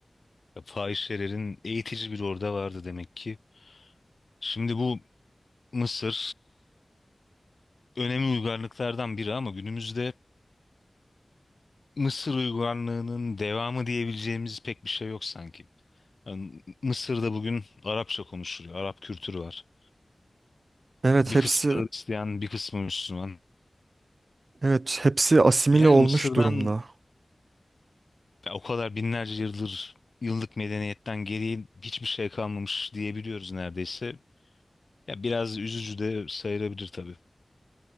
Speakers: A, on the left; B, on the right.
A: fahişelerin eğitici bir orada vardı demek ki. Şimdi bu Mısır önemli uygarlıklardan biri ama günümüzde Mısır uygarlığının devamı diyebileceğimiz pek bir şey yok sanki. Yani Mısır'da bugün Arapça konuşuluyor. Arap kültürü var.
B: Evet
A: Bir
B: hepsi
A: kısmı Hristiyan, bir kısmı Müslüman.
B: evet hepsi asimile
A: Yani
B: olmuş
A: Mısır'dan
B: durumda.
A: ya o kadar binlerce yıldır yıllık medeniyetten geriye hiçbir şey kalmamış diyebiliyoruz neredeyse. Ya biraz üzücü de sayılabilir tabii.